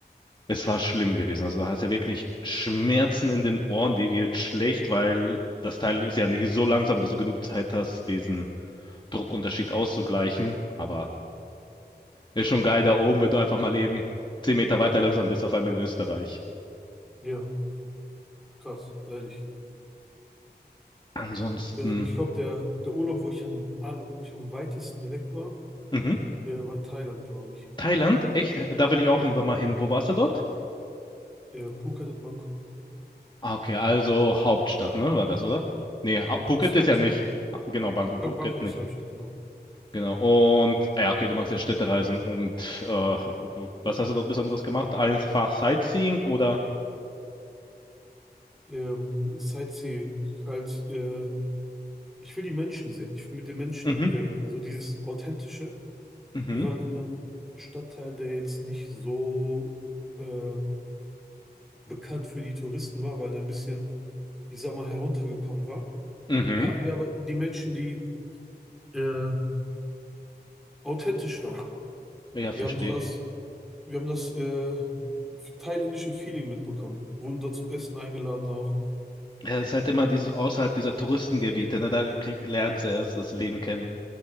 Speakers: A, on the left; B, in the centre.
A: Es war schlimm gewesen. Also da hast du ja wirklich Schmerzen in den Ohren, die wird schlecht, weil das Teil ist ja nicht so langsam, dass du genug Zeit hast, diesen Druckunterschied auszugleichen. Aber ist schon geil da oben, wenn du einfach mal eben zehn Meter weiterläufst, dann bist du auf einmal in Österreich.
B: ja, krass, ehrlich.
A: Ansonsten,
B: Ähm, ich glaube, der, der Urlaub, wo ich am, aller- wo ich am weitesten weg war,
A: mhm.
B: äh, war Thailand, glaube ich.
A: Thailand, echt, da will ich auch
B: Ja.
A: irgendwann mal hin. Wo warst du dort?
B: Äh, Phuket und Bangkok.
A: Ah, okay, also Hauptstadt, ne, war das, oder? Nee, Hau-
B: Bangkok
A: Phuket
B: ist die
A: ist
B: Hauptstadt.
A: ja nicht. Ah, Genau, Bangkok,
B: Bang
A: Phuket
B: Bangkok
A: nicht.
B: ist die Hauptstadt, genau.
A: Genau, und, ah ja, okay, du magst ja Städtereisen und äh, was
B: Genau.
A: hast du dort Besonderes gemacht? Einfach Sightseeing oder?
B: Ähm, Sightseeing, halt, äh, ich will die Menschen sehen. Ich will mit den Menschen
A: Mhm,
B: äh, so dieses Authentische.
A: mhm,
B: Wir waren in einem Stadtteil, der jetzt nicht so äh, bekannt für die Touristen war, weil der ein bisschen, ich sag mal, heruntergekommen war.
A: mhm.
B: Da hatten wir aber die Menschen, die äh, authentisch waren.
A: Ja,
B: Wir
A: verstehe.
B: haben so das, wir haben das äh, thailändische Feeling mitbekommen. Wurden da zum Essen eingeladen auch.
A: Ja, es ist halt immer dieses außerhalb dieser Touristengebiete, ne, da krieg, lernst du erst das Leben kennen.